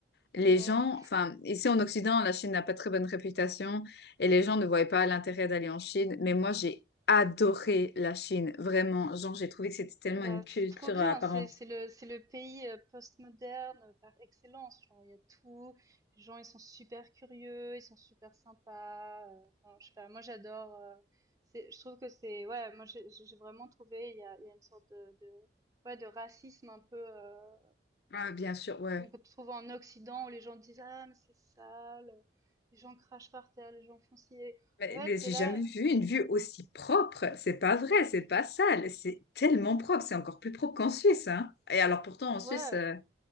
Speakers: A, on the left; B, on the right.
A: les
B: Ouais.
A: gens, enfin, ici en Occident, la Chine n'a pas très bonne réputation et les gens ne voyaient pas l'intérêt d'aller en Chine. Mais moi, j'ai adoré la Chine, vraiment. Genre, j'ai trouvé que c'était tellement
B: Bah,
A: une culture
B: c'est trop bien,
A: apparente.
B: c'est c'est le c'est le pays euh, postmoderne euh, par excellence. Genre, il y a tout, les gens ils sont super curieux, ils sont super sympas. euh, enfin, je sais pas, moi j'adore. euh, c'est, je trouve que c'est ouais, moi j'ai j'ai j'ai vraiment trouvé il y a il y a une sorte de, de ouais de racisme un peu euh,
A: Ah, bien sûr, ouais.
B: qu'on qu'on trouve en Occident où les gens disent ah mais c'est sale, les gens crachent par terre, les gens font ci.
A: Mais,
B: En fait,
A: mais j'ai
B: t'es là,
A: jamais vu
B: c'est-
A: une vue aussi propre. C'est pas vrai, c'est pas sale. C'est tellement propre. C'est encore plus propre qu'en Suisse, hein. Et alors, pourtant, en Suisse,
B: ouais.
A: euh,